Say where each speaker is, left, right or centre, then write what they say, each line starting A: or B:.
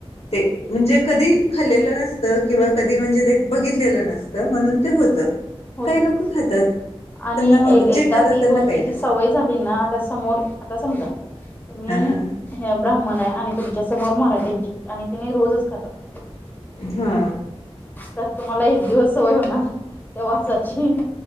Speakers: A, on the left; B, on the left.
A: ते म्हणजे कधी खाल्लेलं नसतं किंवा कधी म्हणजे ते बघितलेलं नसतं म्हणून ते होतं
B: होत
A: काही लोक
B: तस
A: खातात.
B: आणि
A: त्यांना मग
B: एक एकदा
A: जे खातात
B: ती
A: त्यांना
B: गोष्टीची
A: काही नसतं
B: सवय झाली ना आता समोर आता समजा तुम्ही
A: हा
B: हे आता मलाही आणी तुमच्यासमोर मराठ्यांची आम्ही किनई रोजच खातात
A: हा
B: तर तुम्हाला एक दिवस सवय होणार त्या वासाची